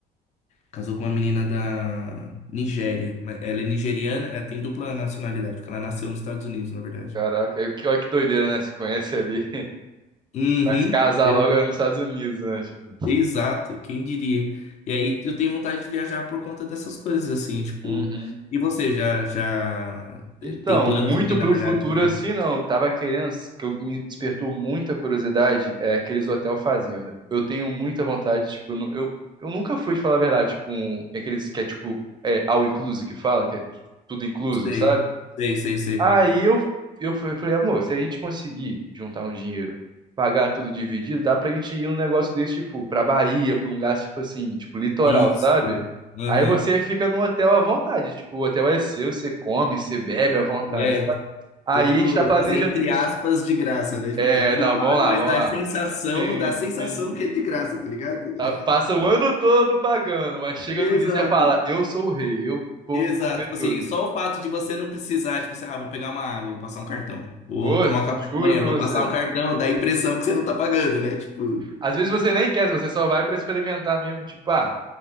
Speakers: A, on the left; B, on the right.
A: casou com uma menina da Nigéria, mas ela é nigeriana, ela tem dupla nacionalidade, porque ela nasceu nos Estados Unidos, na verdade.
B: Caraca, aí que, olha que doideira, né? Se conhece ali. <laughs>
A: Uhum.
B: Vai se casar
A: ex-
B: logo nos Estados Unidos, né? Tipo.
A: Exato, quem diria? E aí eu tenho vontade de viajar por conta dessas coisas assim, tipo,
B: uhum.
A: e você já já
B: Então,
A: eh, tem planos
B: muito
A: aí,
B: pro
A: na verdade,
B: futuro
A: de...
B: assim não. Eu Tava querendo, que eu, me despertou muita curiosidade, é aqueles hotel fazenda. Eu tenho muita vontade, tipo, eu, nu- eu, eu nunca fui, de falar a verdade, tipo, um, aqueles que é tipo, é, all inclusive que fala, que é tu- tudo incluso,
A: Sei,
B: sabe?
A: sei, sei, sei.
B: Aí eu, eu fa- eu falei, amor, se a gente conseguir juntar um dinheiro, pagar tudo dividido, dá pra gente ir num negócio desse, tipo, pra Bahia, pra um lugar, tipo assim, tipo, litoral,
A: Isso.
B: sabe?
A: Aham.
B: Aí você Uhum. fica num hotel à vontade, tipo, o hotel é seu, você come, você bebe à vontade,
A: É,
B: sabe? Aí
A: tudo,
B: a gente tá planejando
A: tipo assim, entre
B: isso.
A: aspas, de graça, né? Tipo,
B: É,
A: tá tudo
B: não,
A: pago,
B: vamos lá,
A: mas
B: vamos
A: dá
B: lá.
A: a sensação,
B: Sim,
A: dá a sensação
B: sim.
A: que é de graça, tá ligado? <laughs>
B: Tá- Passa o ano todo pagando, mas chega
A: Exato.
B: no dia e você fala, eu sou o rei, eu vou
A: Exato.
B: comer
A: Tipo assim,
B: tudo.
A: só o fato de você não precisar, tipo assim, ah, vou pegar uma água, vou passar um cartão, vou
B: Pô,
A: tomar um café
B: juro
A: da manhã,
B: pra
A: vou
B: você.
A: passar um cartão, dá a impressão que você não tá pagando, né? Tipo,
B: Às vezes você nem quer, você só vai pra experimentar mesmo, tipo, ah,